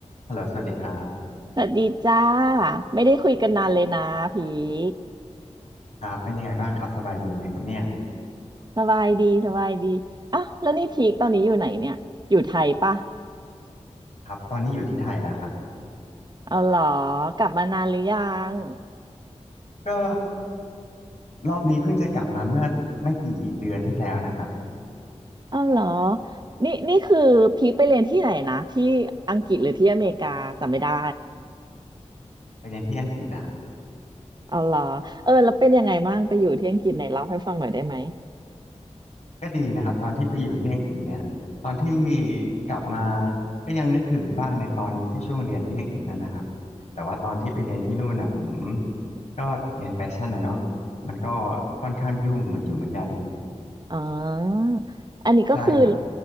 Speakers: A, on the left (about 65°); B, on the right (about 35°).
A: ฮัลโหลสวัสดีครับ
B: สวัสดีจ้าไม่ได้คุยกันนานเลยนะพีค
A: ครับเป็นยังไงบ้างครับสบายดีไหมครับเนี่ย
B: สบายดีสบายดีอ่ะแล้วนี่พีคตอนนี้อยู่ไหนเนี่ยอยู่ไทยปะ
A: ครับตอนนี้อยู่ที่ไทยแล้วครับ
B: เอาเหรอกลับมานานหรือยัง
A: ก็รอบนี้เพิ่งจะกลับมาเมื่อไม่กี่เดือนที่แล้วนะครับ
B: เอาเหรอนี่นี่คือพีคไปเรียนที่ไหนนะที่อังกฤษหรือที่อเมริกาจำไม่ได้
A: ไปเรียนที่อังกฤษอ่ะ
B: เอาเหรอเออแล้วเป็นยังไงบ้างไปอยู่ที่อังกฤษไหนเล่าให้ฟังหน่อยได้ไหม
A: ก็ดีนะครับตอนที่ไปอยู่ที่อังกฤษเนี่ยตอนที่กลับมาก็ยังนึกถึงบ้างในตอนที่ช่วงเรียนที่อังกฤษนั่นนะครับแต่ว่าตอนที่ไปเรียนที่นู่นนะผมก็เรียนแฟชั่นนะเนาะมันก็ค่อนข้างยุ่งเหมือนอยู่เหมือนกัน
B: อ๋ออันนี้ก็คือ
A: ใช่ครับ